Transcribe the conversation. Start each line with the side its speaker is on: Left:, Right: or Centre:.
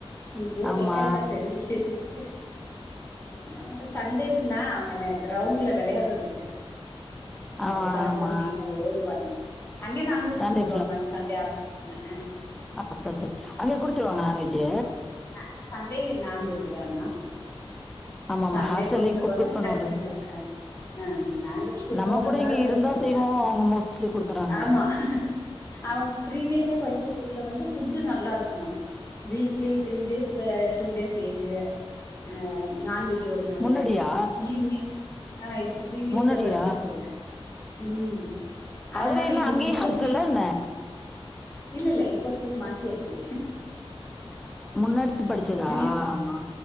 Left: இப்டியே
Centre: ஆமா
Left: செட் ஆயிட்டா செரி சேரின்ட்டு <unintelligible> சன்டேஸ்னா அவங்க என்ன க்ரௌண்ட்ல வெளையாட்றதுக்கு
Centre: ஆ
Left: அதுக்காக
Centre: ஆமா
Left: தா மெயினா ஓ அங்கயே நான்வெஜ்
Centre: சண்டே
Left: குடுச்சுருவாங் மேம் சண்டே <inaudible> அ
Centre: அ அப்ப செர் அங்கயே குடுத்துருவாங்க நான்வெஜ்
Left: அ சண்டே நான்வெஜ் தா மேம்
Centre: ஆமாமா.
Left: சண்டே
Centre: ஹாஸ்டல்லயும்
Left: குடுத்துருவாங்க
Centre: குடுக்கணும்ல.
Left: பிரச்சன இல்ல அ அ நான்வெஜ் குடுத்துருவாங்க
Centre: நம்ம கூட
Left: அதனால
Centre: இங்க
Left: பிரச்சன
Centre: இருந்தா செய்வோம்.
Left: இல்ல
Centre: அவங்க மோஸ்ட்லி குடுத்துறாங்கல்ல.
Left: ஆமா அவ ப்ரீவியஸா படிச்ச ஸ்கூல்ல வந்து ஃபுட்டு நல்லாருக்கு மேம் வீக்லி த்ரீ டேஸ் அ டூ டேஸ் எக்கு அ நான்வெஜ் ஜூ ஒருநாளு
Centre: முன்னாடியா?
Left: ஈவினிங் ஆ இதுக்கு ஃபிரீவியஸா
Centre: முன்னாடியா?
Left: படிச்ச ஸ்கூல்ல உம் அதனால
Centre: அதுல என்ன
Left: இங்க
Centre: அங்கேயும்
Left: ஃபுட்டு
Centre: ஹாஸ்டல்லா
Left: தா மெய்
Centre: என்ன?
Left: இல்லல்ல இப்ப ஸ்கூல் மாத்தியச்சு
Centre: முன்னாடி படிச்சதா
Left: ப்ரீவி
Centre: ஆமா